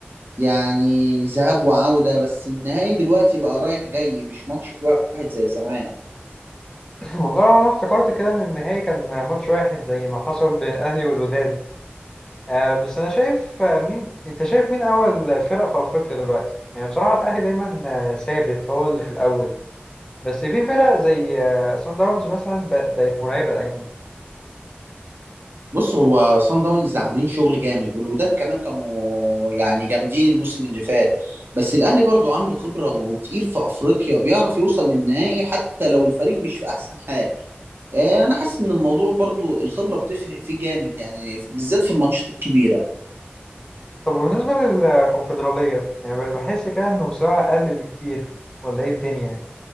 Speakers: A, on the right; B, on the left.
A: يعني ذهاب وعودة بس النهائي دلوقتي بقى رايح جاي مش ماتش واحد زي زمان
B: <laughs> <clears throat> والله انا افتكرت كده ان النهائي كان ماتش واحد زي ما حصل بين الاهلي والوداد آه بس انا شايف آه، مين انت شايف مين اول فرق في افريقيا دلوقتي يعني بصراحه الاهلي دايما آه، ثابت هو اللي في الاول بس في فرق زي آه، سان داونز مثلا ب- بقت مرعبه الايام دي
A: بص هو صن داونز عاملين شغل جامد والوداد كمان كانوا يعني جامدين الموسم اللي فات بس الأهلي برضو عنده خبرة وتقيل في أفريقيا بيعرف يوصل للنهائي حتى لو الفريق مش في أحسن حال آه، انا حاسس ان الموضوع برضو الخبره بتفرق فيه جامد يعني في- بالذات في الماتشات الكبيره
B: طب بالنسبة للكونفدرالية يعني بحس كده إنه مستواها أقل بكتير ولا إيه الدنيا يعني